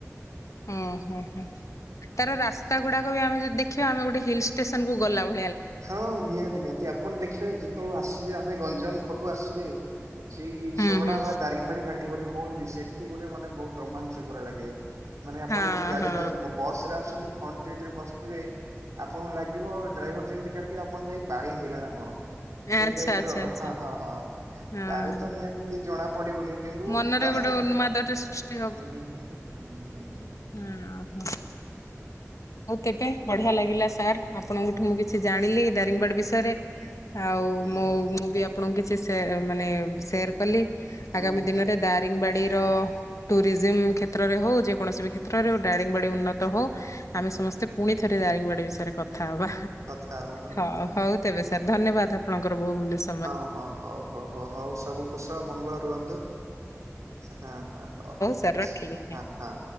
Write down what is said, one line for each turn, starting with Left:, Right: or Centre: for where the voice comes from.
Left: ହୁଁ ହୁଁ ତାର ରାସ୍ତା ଗୁଡା ବି ଆମେ ଯଦି ଦେଖିବା, ଆମେ ଗୋଟେ ହିଲ ଷ୍ଟେସନକୁୁ ଗଲା ବ
Right: ହଁ ନିହାତି ନିହାତି, ଆପଣ ଦେଖିବେ, ଯେତେବେଳେ ଆସିବେ ଆମେ ଗଞ୍ଜାମ ପଟୁ ଆସିବେ ସେଇ
Left: ହୁଁ
Right: ସୋଟା
Left: ହୁଁ।
Right: ଦାରିଙ୍ଗବାଡି ଘାଟି ବୋଲି କୁହନ୍ତି, ସେଠି ଗୋଟେ ମାନେ ବହୁତ ରୋମାଞ୍ଚକର ଲାଗେ। ମାନେ ଆପଣ
Left: ହଁ
Right: ଯଦି ଗାଡିର,
Left: ହଁ
Right: ବସ୍ ରେ ଆସୁଚନ୍ତି ଫ୍ରଣ୍ଟସିଟରେ ବସିଥିବେ, ଆପଣଙ୍କୁ ଲାଗିବ, ଡ୍ରାଇଭର ଯେମତି ଠିଆ ଠିଆ ଆପଣ ଯାଇ ବାଡେଇ ହେଇଗଲାନା କଣ? ସେଇ
Left: ଆଚ୍ଛା
Right: ଟାଇପର,
Left: ଆଚ୍ଛା ଆଚ୍ଛା
Right: ହା ହା ହଁ,
Left: ହଁ।
Right: କାରେତ ନିହାତି ଜଣା ପଡିବନି। କିନ୍ତୁ
Left: ମନରେ
Right: ରାସ୍ତା
Left: ଗୋଟେ ଉନ୍ମାଦଟେ ସୃଷ୍ଟି
Right: <unintelligible> ହୁଁ ହୁଁ।
Left: ହୁଁ ହୁଁ। ହଉ ତେବେ, ବଢିଆ ଲାଗିଲା ସାର, ଆପଣଙ୍କଠୁ ମୁଁ କିଛି ଜାଣିଲି ଦାରିଙ୍ଗବାଡି ବିଷୟରେ। ଆଉ
Right: ହଁ
Left: ମୁ, ମୁଁ ବି ଆପଣଙ୍କୁ କିଛି ସେ, ମାନେ ସେୟାର କଲି,
Right: ହଁ
Left: ଆଗାମୀ
Right: ହଁ
Left: ଦିନରେ ଦାରିଙ୍ଗବାଡିର ଟୁରିଜିମ କ୍ଷେତ୍ରରେ ହଉ ଯେ କୌଣସି ବି କ୍ଷେତ୍ରରେ ଡାରିଙ୍ଗବାଡ଼ି ଉନ୍ନତ ହୋ ଆମେ ସମସ୍ତେ ପୁଣି ଥରେ ଦାରିଙ୍ଗବାଡ଼ି ବିଷୟରେ କଥା ହବା,
Right: କଥା ହବା ହଁ
Left: ହ
Right: ହଁ।
Left: ହଉ ତେବେ ସାର ଧନ୍ୟବାଦ ଆପଣଙ୍କର ବହୁ ମୂଲ୍ୟ ସ
Right: ହଁ ହଁ, ହଉ ହଉ ହଉ ହଉ, ସବୁ କୁଶଳ ମଙ୍ଗଳ ରୁହନ୍ତୁ। ହଁ ହ, ହଉ ଠିକ
Left: ସାର୍
Right: ଅଛି
Left: ରଖିଲି।
Right: ହଁ ହଁ।